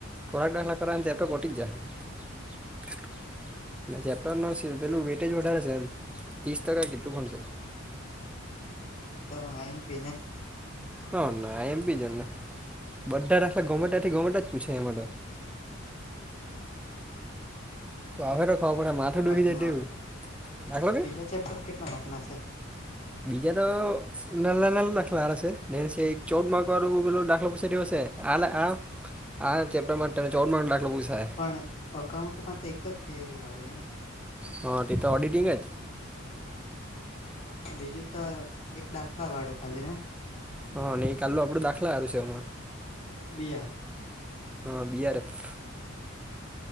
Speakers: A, in the centre; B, on the left.
A: પ્રોડાક્ટ હલા કર એપે પટી જ જાયહે.
B: હ હા.
A: ના ચેપ્ટર ન સી પેલું વેટેજ વધારે છે એમ, ત્રીસ ટકા કેટલું ઘણશે.
B: હા તો એમ પી ને.
A: હા ના એમ બીજ ને, બધા રાખલા ગમેટથી ગમેટ જ પૂછે એ માટે. ત આો એ તો ખવા
B: માંથી
A: પડે
B: કેટલા
A: માથે ડુકી
B: માર્ક
A: જાય
B: નું
A: તીવું,
B: આવે
A: રાખલો કે?
B: બીજા ચેપ્ટર કેટલા માર્ક ના છે
A: બીજા તો નાલા નાલ દાખલા હશે ચૌદ માર્ક વારું પેલું દાખલા પછ હશે. હલા હ હા ચપ માટે ત ચોડ માટે અટલે પૂસાય.
B: પણ અકાઉન્ટમાં તો એક જ થિયરી વાળું ને?
A: હા ત તો ઓડિટિંગ જ.
B: બજ બીજું તો એક દાખલા વાળું ખાલી ને?
A: હં ન કાાલુ આપડું દાખલા છેમાં.
B: ના બિહાર.
A: હા બી આર એફ.
B: જ કર.